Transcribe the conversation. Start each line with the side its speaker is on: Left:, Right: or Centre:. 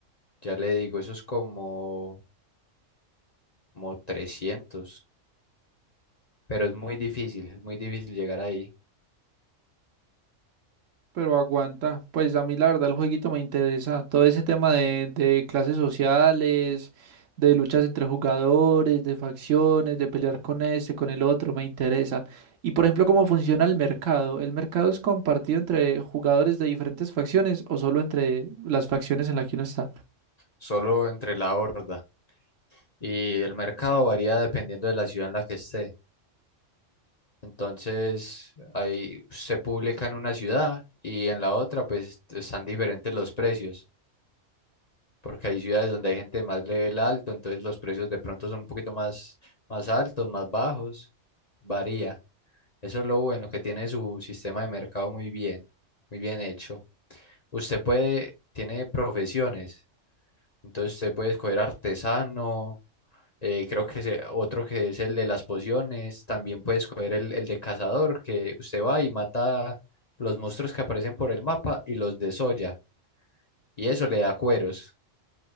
Left: Ya le digo, eso es como, como 300, pero es muy difícil, es muy difícil llegar ahí,
Right: Pero aguanta, pues a mí la verdad el jueguito me interesa. Todo ese tema de, de clases sociales, de luchas entre jugadores, de facciones, de pelear con este, con el otro, me interesa. Y por ejemplo, ¿cómo funciona el mercado? ¿El mercado es compartido entre jugadores de diferentes facciones o solo entre las facciones en las que uno está?
Left: solo entre la horda. y el mercado varía dependiendo de la ciudad en la que esté. Entonces, ahí se publica en una ciudad y en la otra, pues están diferentes los precios, porque hay ciudades donde hay gente de más level alto, entonces los precios de pronto son un poquito más, más altos, más bajos, varía. Eso es lo bueno, que tiene su sistema de mercado muy bien, muy bien hecho. Usted puede, tiene profesiones, entonces usted puede escoger artesano Eh, creo que se- otro que es el de las pociones. También puedes coger el, el de cazador, que usted va y mata los monstruos que aparecen por el mapa y los desolla. Y eso le da cueros.